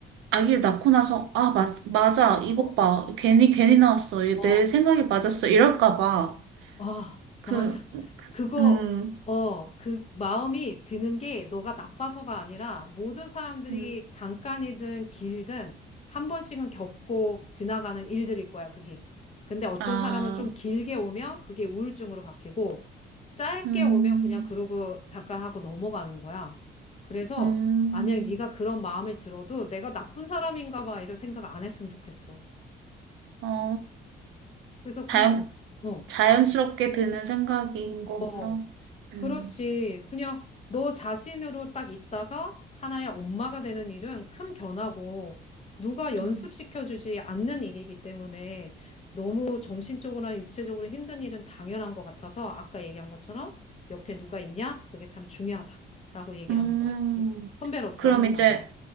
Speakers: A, on the right; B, on the left.
A: 아기를 낳고 나서 아, 마, 맞아. 이것
B: 어,
A: 봐. 괜히 괜히 나왔어. 이내
B: 어,
A: 생각이 맞았어. 이럴까 봐.
B: 아,
A: 그,
B: 맞아.
A: 그
B: 그거,
A: 음,
B: 어, 그 마음이 드는 게 너가 나빠서가 아니라 모든 사람들이
A: 음,
B: 잠깐이든 길든 한 번씩은 겪고 지나가는 일들일 거야, 그게. 근데 어떤
A: 아,
B: 사람은 좀 길게 오면 그게 우울증으로 바뀌고 짧게
A: 음,
B: 오면 그냥 그러고 잠깐 하고 넘어가는 거야. 그래서
A: 음,
B: 만약 네가 그런 마음을 들어도 내가 나쁜 사람인가 봐 이런 생각 안 했으면 좋겠어.
A: 어.
B: 그래서 그냥,
A: 다양,
B: 어,
A: 자연스럽게 드는 생각인 거구나.
B: 어,
A: 음,
B: 그렇지. 그냥 너 자신으로 딱 있다가 하나의 엄마가 되는 일은 큰 변화고 누가 연습시켜주지
A: 음,
B: 않는 일이기 때문에 너무 정신적으로나 육체적으로 힘든 일은 당연한 것 같아서 아까 얘기한 것처럼 옆에 누가 있냐? 그게 참 중요하다라고 얘기하는
A: 음.
B: 거야. 이- 선배로서
A: 그럼
B: 하는
A: 이제,
B: 말이야.